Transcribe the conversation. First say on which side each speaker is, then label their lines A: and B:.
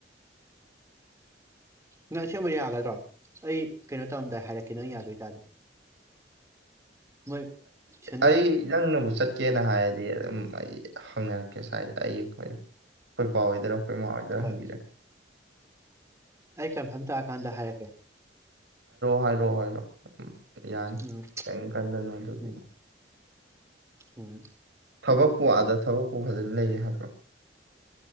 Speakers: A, on the right; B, on the right.
A: ꯅꯪ ꯑꯁꯦꯡꯕ ꯌꯥꯒꯗ꯭ꯔꯣ ꯑꯩ ꯀꯩꯅꯣ ꯇꯧꯔꯝꯗꯥꯏ ꯍꯥꯏꯔꯛꯀꯦ ꯅꯪ ꯌꯥꯗꯣꯏ ꯇꯥꯔꯗꯤ ꯃꯣꯏ ꯁꯦꯟꯗꯣꯏ
B: ꯑꯩ ꯅꯪꯅꯕꯨ ꯆꯠꯀꯦꯅ ꯍꯥꯏꯔꯗꯤ ꯑꯗꯨꯝ ꯑꯩ ꯍꯪꯅꯔꯛꯀꯦ ꯁꯋꯥꯏꯗ ꯑꯩ ꯑꯩꯈꯣꯏ ꯄꯥ ꯍꯣꯏꯗꯔꯥ ꯑꯩꯈꯣꯏ ꯃꯥꯍꯣꯏꯗ
A: ꯍꯣꯏ
B: ꯍꯪꯕꯤꯔꯛ
A: ꯑꯩ ꯀꯟꯐꯥꯔꯝ ꯇꯥꯔꯀꯥꯟꯗ ꯍꯥꯏꯔꯛꯀꯦ
B: ꯍꯥꯏꯔꯑꯣ ꯍꯥꯏꯔꯛꯑꯣ ꯎꯝ ꯌꯥꯅꯤ
A: ꯎꯝ
B: ꯀꯦꯝ ꯈꯜꯂꯅꯣ ꯑꯗꯨꯗꯤ
A: ꯎꯝ ꯎꯝ
B: ꯊꯕꯛꯄꯨ ꯑꯥꯗ ꯊꯕꯛꯄꯨ ꯐꯖꯅ ꯂꯩꯌꯦ ꯍꯥꯏꯕ꯭ꯔꯣ